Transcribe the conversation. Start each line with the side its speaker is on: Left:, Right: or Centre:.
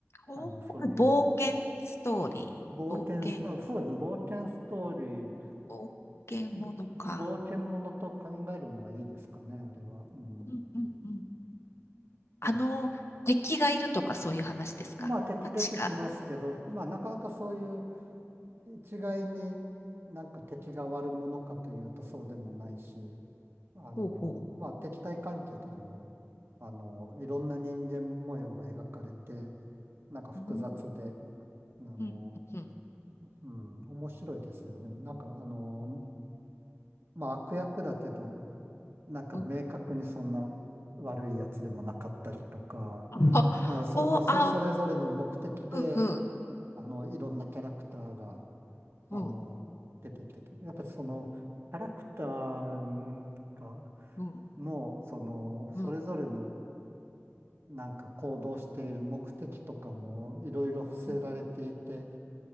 Left: おう、
Right: あの、そういう
Left: 冒険ストーリー。
Right: 冒険ス、
Left: 冒険、
Right: まあ、そうですね、冒険ストーリー、
Left: 冒険ものか。
Right: うん冒険ものと考えるのがいいですかね、あれは。うん。
Left: うんうんうん。あの、
Right: そ
Left: 敵がいるとかそういう話ですかあ、
Right: うまあ、敵出てきますけど、
Left: 違う。
Right: まあ、なかなかそういう、一概になんか敵が悪者かというとそうでもないし、あの、
Left: ほうほ
Right: まあ敵対関係とかも、あの、いろんな人間模様が描かれて、なんか複雑で、
Left: う。うん、
Right: あの、
Left: うん、うん、
Right: うん、面白いですよね。なんかあの、まあ悪役だけど、なんか明確にそんな悪いやつでもなかったりとか、
Left: うん。あ、
Right: あ、それ、
Left: ほう、
Right: まあ、そ、
Left: あ、
Right: それぞれの目的で、
Left: ふんふん、
Right: あの、いろんなキャラクターがあの、
Left: うん、
Right: 出てきてて、やっぱりその、キャラクターが、
Left: うん、
Right: の、その、それぞれの、
Left: うん、
Right: なんか行動している目的とかも、いろいろ伏せられていて、
Left: うん。